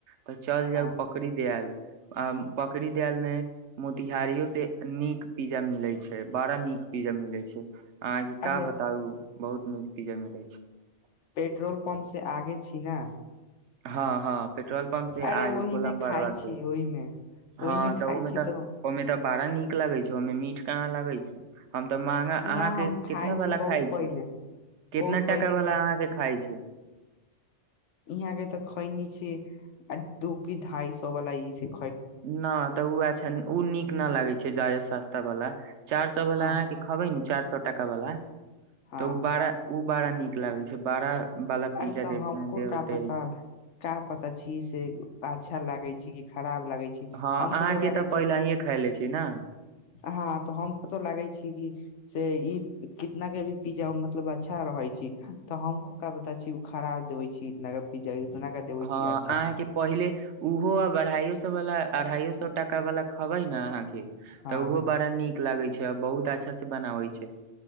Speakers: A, on the right (about 70°); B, on the left (about 70°).
A: तऽ चल जाउ
B: हँ
A: पकड़ीदयाल आ बकड़ी दा या ल मे तिहारियो से नीक पिज्जा मिलै छै बड़ा नीक पिज्जा मिलै छै अहां के
B: अरे
A: का बताउ बहुत नीक पिज्जा मिलै छै <unintelligible>
B: पेट्रोल पम्प से आगे छी न
A: हँ हँ पेट्रोल पंप से
B: अरे
A: आगे
B: ओहिमे
A: गोलम बड़वा
B: खाय छी
A: के
B: ओहिमे
A: हँ
B: ओहिमे
A: तऽ
B: खाय छी तऽ
A: ओहिमे तऽ बड़ा नीक लगे छै ओहिमे मीठ कहाँ लागै छै हम तऽ महगा
B: न
A: अहाँके
B: हम खाइ
A: कितना
B: छी
A: बला
B: बहुत
A: खाइ
B: पहिले
A: छी कितना
B: बहुत पहिले
A: टकावला अहाँके खाय छी
B: इहाँगे तऽ ख‌इनि छी आ दूोकी ढाइ सौ वाला स
A: न तऽ ओ अच्छा ओ नीक ना लागै छै जा हय सस्ता बला चार सौ बला
B: हँ
A: अहाँ के खबै न चार सौ कुछ टका बला
B: हँ
A: तऽ उ बारह उ बड़ा नीक लागै छै बड़ा वाला
B: अरे
A: पिज्जा
B: तऽ
A: दे
B: हमको
A: देते
B: का पता
A: ऐसे
B: का पता छी से ब अच्छा लागै छै कि खराब लागै छी
A: हँ
B: हमको
A: अहाँके
B: तो लागै
A: तऽ
B: छी
A: पहिलहिए खै ले छी ने
B: हँ तऽ हमको तो लागै छी कि से ई कितना के भी पिज्जा मतलब अच्छा रहै छै तऽ हम को का पता छी उ खराब देवे छी इतना के पिज्जा इतना के देबै
A: हँ
B: छी अच्छा
A: अहाँके पहिले ओहो आ बढ़ाइयो बला अढ़ाइयो स टाका वाला खबै ने अहा के
B: हँ
A: तऽ उहो बड़ा नीक लागै छै बहुत अच्छा से बनाबै छै